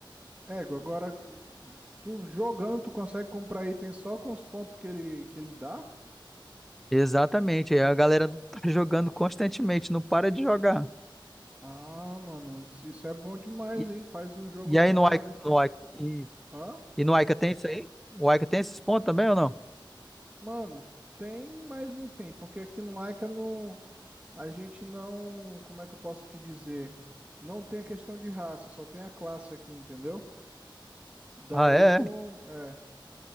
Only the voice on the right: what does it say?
Ego, agora j- tu jogando, tu consegue comprar item só com os pontos que ele, que ele dá?
Ah, mano, isso isso é bom demais,
hein? Faz o jogo
ter
uma.
vis-
Hã?
Mano, tem, mas não tem, porque aqui no Laika não. A gente não, como é que eu posso te dizer? Não tem a questão de raça, só tem a classe aqui, entendeu? Daí
não,
é,